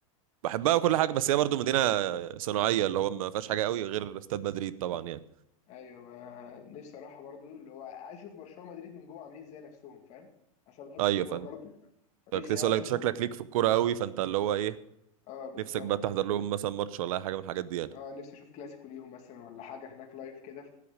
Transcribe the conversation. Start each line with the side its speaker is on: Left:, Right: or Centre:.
Right: بحبها وكل حاجه بس هي برضو مدينه صناعيه اللي هو ما فيهاش حاجه قوي غير استاد مدريد طبعا يعني
Left: ايوه ما نفسي اروحها برضو اللي هو عايز اشوف برشلونه ومدريد من جوه عاملين ازاي نفسهم فاهم عشان بحب
Right: ايوه
Left: الكوره
Right: فانت
Left: برضو فنفسي
Right: كنت لسه
Left: قوي
Right: اقول
Left: اشوفهم
Right: لك شكلك ليك في الكوره قوي فانت اللي هو ايه
Left: اه بالظبط
Right: نفسك بقى تحضر لهم مثلا ماتش ولا اي حاجه من الحاجات دي يعني
Left: اه نفسي اشوف كلاسيكو ليهم مثلا ولا حاجه هناك لايف كده